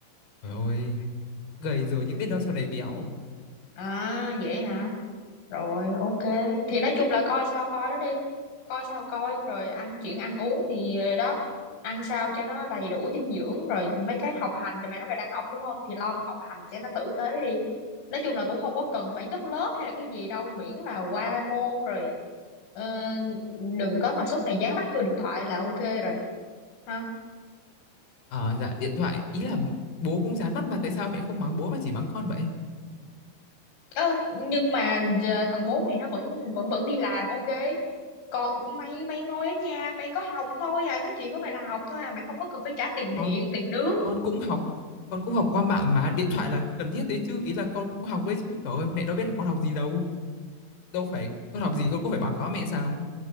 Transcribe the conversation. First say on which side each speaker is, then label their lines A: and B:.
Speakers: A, on the left; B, on the left.
A: Trời ơi, gầy rồi
B: Ừ.
A: nhưng biết đâu sau này béo
B: à vậy hả rồi ok thì nói chung là coi sao coi đó đi coi sao coi rồi ăn chuyện ăn uống thì đó ăn sao cho nó đầy đủ dinh dưỡng rồi mấy cái học hành thì mày nói mày đang học đúng không thì lo mà học hành cho nó tử tế đi nói chung là cũng không có cần phải nhất lớp hay là cái gì đâu miễn là qua môn rồi Ờ, đừng có mà suốt ngày dán mắt vô điện thoại là ok rồi ha
A: Ờ, dạ điện thoại ý là bố cũng dán mắt mà tại sao mẹ không mắng bố mà chỉ mắng con vậy?
B: Ơ, nhưng mà giờ thằng bố mày nó vẫn vẫn vẫn đi làm ok còn mày mày ngồi ở nhà mày có học thôi à cái chuyện của mày là học thôi à mày không có cần phải trả tiền điện
A: Con
B: tiền nước
A: con cũng học, con cũng học qua mạng mà điện thoại là cần thiết đấy chứ, ý là con cũng học đấy chứ. Trời ơi, mẹ đâu biết là con học gì đâu. Đâu phải con học gì con cũng phải báo cáo mẹ sao?